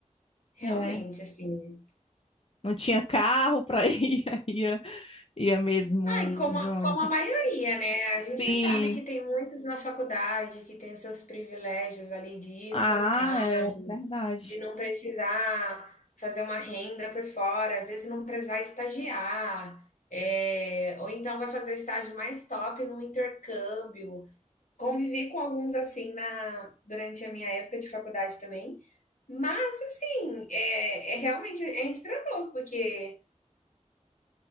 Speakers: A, on the left (about 85°); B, on the left (about 50°).
A: realmente,
B: É.
A: assim.
B: Não tinha carro para ir, <laughs> ia, ia mesmo
A: Ai, como a,
B: de ônibus.
A: como a maioria, né? A gente
B: Sim.
A: sabe que tem muitos na faculdade que tem os seus privilégios ali de ir
B: Ah,
A: com carro.
B: é verdade.
A: de não precisar fazer uma renda por fora, às vezes não precisar estagiar, é, ou então vai fazer o estágio mais top no intercâmbio. Convivi com alguns assim na, durante a minha época de faculdade também, mas sim, é, é realmente é inspirador, porque